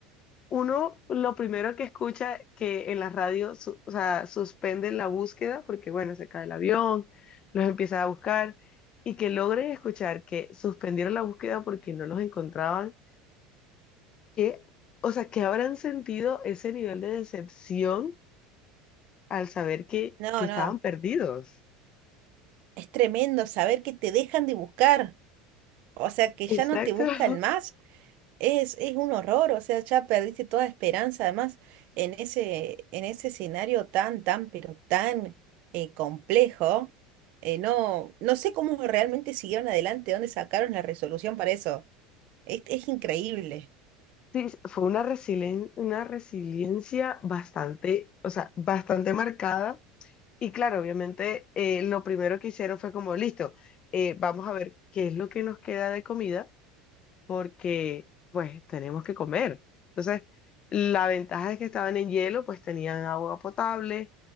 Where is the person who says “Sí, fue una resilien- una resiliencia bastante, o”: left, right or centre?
Left